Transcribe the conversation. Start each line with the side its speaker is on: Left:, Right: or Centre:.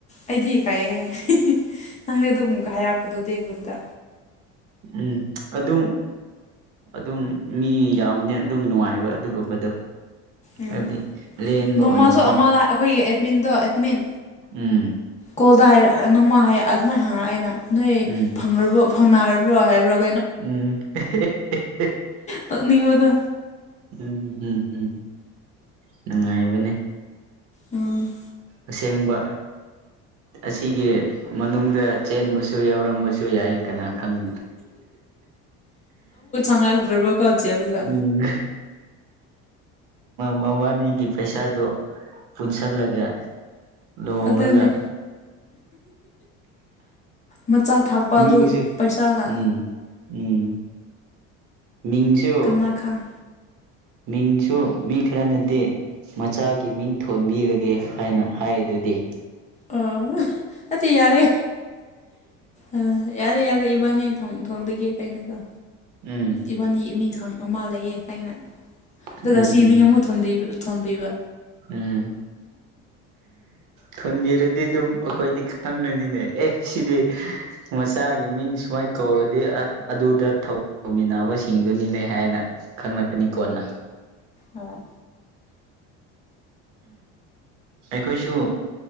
Left: ꯑꯩꯗꯤ ꯀꯥꯏꯑꯦꯍ ꯅꯪꯗꯦ ꯑꯗꯨꯝ ꯑꯃꯨꯛꯀ ꯍꯥꯏꯔꯛꯄꯗꯣ ꯗꯦ ꯒ꯭ꯔꯨꯞꯇ
Right: ꯎꯝ ꯑꯗꯨꯝ ꯑꯗꯨꯝ ꯃꯤ ꯌꯥꯝꯕꯅꯤꯅ ꯑꯗꯨꯝ ꯅꯨꯡꯉꯥꯏꯕ ꯑꯗꯨꯒꯨꯝꯕꯗꯣ
Left: ꯎꯝ
Right: ꯍꯥꯏꯕꯗꯤ ꯂꯦꯟꯕ
Left: ꯅꯣꯡꯃꯁꯨ
Right: ꯑꯣꯏꯅꯀꯣ
Left: ꯑꯃꯥ ꯑꯩꯈꯣꯏꯒꯤ ꯑꯦꯠꯃꯤꯟꯗꯣ ꯑꯦꯠꯃꯤꯟ꯫
Right: ꯎꯝ
Left: ꯀꯣꯜꯗ ꯍꯥꯏꯔ ꯅꯣꯡꯃ ꯍꯥꯏ ꯑꯗꯨꯃꯥꯏꯅ ꯍꯥꯏꯌꯦꯅꯥ ꯅꯣꯏ
Right: ꯎꯝ
Left: ꯐꯪ ꯐꯪꯅꯔꯕ꯭ꯔꯣ ꯍꯥꯏꯔꯛ
Right: ꯎꯝ ꯑꯦ ꯍꯦ ꯑꯦ ꯍꯦ
Left: ꯅꯣꯛꯅꯤꯡꯕꯗꯣ
Right: ꯎꯝꯝꯝ ꯅꯨꯡꯉꯥꯏꯕꯅꯦ
Left: ꯑꯝ
Right: ꯑꯁꯦꯡꯕ ꯑꯁꯤꯒꯤ ꯃꯅꯨꯡꯗ ꯆꯦꯟꯕꯁꯨ ꯌꯥꯎꯔꯝꯕꯥ ꯌꯥꯏ ꯀꯅꯥ ꯈꯪ
Left: ꯉꯥꯎꯗꯔꯕꫭ ꯀꯣꯆꯦꯜꯒ
Right: ꯎꯝ ꯃꯕꯥꯅꯤꯒꯤ ꯄꯩꯁꯥꯗꯨꯣ ꯄꯨꯟꯁꯤꯜꯂꯒ ꯂꯨꯍꯣꯡꯂꯒ
Left: ꯑꯗꯨꯅꯦ ꯃꯆꯥ ꯊꯥꯛꯄ
Right: ꯃꯤꯁꯦ
Left: ꯑꯗꯨ ꯄꯩꯁꯥꯅ
Right: ꯎꯝ ꯎꯝ ꯃꯤꯡꯁꯨ
Left: ꯀꯅꯥ ꯈꯪ
Right: ꯃꯤꯡꯁꯨ ꯃꯤ ꯈꯔꯅꯗꯤ ꯃꯆꯥꯒꯤ ꯃꯤꯡ ꯊꯣꯟꯕꯤꯔꯒꯦ ꯍꯥꯏꯅ ꯍꯥꯏꯔꯤꯗꯨꯗꯤ
Left: ꯑ ꯑꯠꯇꯤ ꯌꯥꯔꯦ ꯑꯥ ꯌꯥꯔꯦ ꯌꯥꯔꯦ ꯏꯕꯥꯅꯤ ꯊꯨꯡ ꯊꯣꯟꯒꯦ ꯀꯥꯏꯅꯒ
Right: ꯎꯝ
Left: ꯏꯕꯥꯅꯤ ꯃꯤ ꯈꯪ ꯃꯥ ꯂꯩꯑ ꯀꯥꯏꯅ ꯑꯗꯨꯒ
Right: ꯎꯝ ꯎꯝ
Left: ꯁꯤ ꯃꯤꯡ ꯑꯃ ꯊꯣꯟꯕꯤꯕ
Right: ꯎꯝ ꯊꯣꯟꯕꯤꯔꯗꯤ ꯑꯗꯨꯝ ꯑꯩꯈꯣꯏꯗꯤ ꯈꯪꯅꯅꯤꯅꯦ ꯑꯦ ꯁꯤꯗꯤ ꯃꯁꯥꯒꯤ ꯃꯤꯡ ꯁꯨꯃꯥꯏ ꯀꯧꯔꯗꯤ ꯑꯥ ꯑꯗꯨꯗ ꯊꯕꯛ ꯃꯤꯟꯅꯕ ꯁꯤꯡꯗꯨꯅꯤꯅꯦ ꯍꯥꯏꯅ ꯈꯪꯂꯛꯀꯅꯤ ꯀꯣꯟꯅꯥ
Left: ꯑ
Right: ꯑꯩꯈꯣꯏꯁꯨ